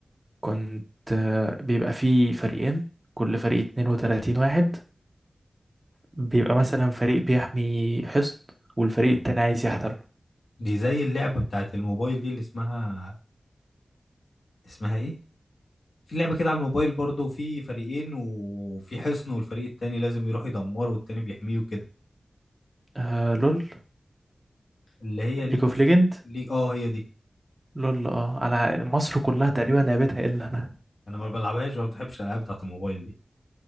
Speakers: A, on the right; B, on the left.
A: كنت آه، بيبقى فيه فريقين كل فريق 32 واحد بيبقى مثلا فريق بيحمي حصن والفريق التاني عايز يحتله
B: دي زي اللعبه بتاعت الموبايل دي اللي اسمها اسمها ايه في لعبه كده على الموبايل برضو في فريقين وفي حصن والفريق التاني لازم يروح يدمره والتاني بيحميه كده
A: آه لول
B: اللي هي
A: ليج
B: ليج
A: اوف
B: اوف
A: ليجند
B: ليج اه هي دي
A: لول اه انا مصر كلها تقريبا لعبتها الا انا
B: انا ما بلعبهاش وما بتحبش الالعاب بتاعت الموبايل دي